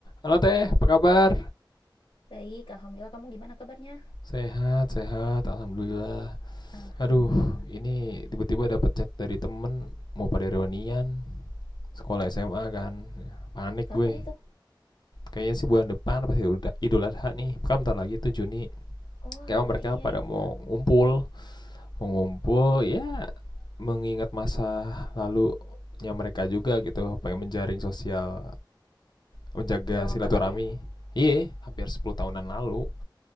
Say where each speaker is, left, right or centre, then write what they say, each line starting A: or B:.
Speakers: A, on the left (about 60°); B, on the left (about 85°).
A: Halo Teh, apa kabar?
B: Baik, alhamdulillah. Kamu gimana kabarnya?
A: Sehat, sehat, alhamdulillah.
B: Alhamdulillah.
A: Aduh, ini tiba-tiba dapat chat dari temen mau pada reunian sekolah SMA kan. Panik
B: Kapan
A: gue.
B: itu?
A: Kayaknya sih bulan depan pasti udah Idul Adha nih. Kan bentar lagi tuh Juni.
B: Oh, alah,
A: Kayaknya mereka
B: iya
A: pada
B: iya.
A: mau ngumpul, mau ngumpul ya mengingat masa lalunya mereka juga gitu, pengen menjaring sosial, menjaga
B: Udah lama
A: silaturahmi.
B: banget ya?
A: Iya, hampir 10 tahunan lalu.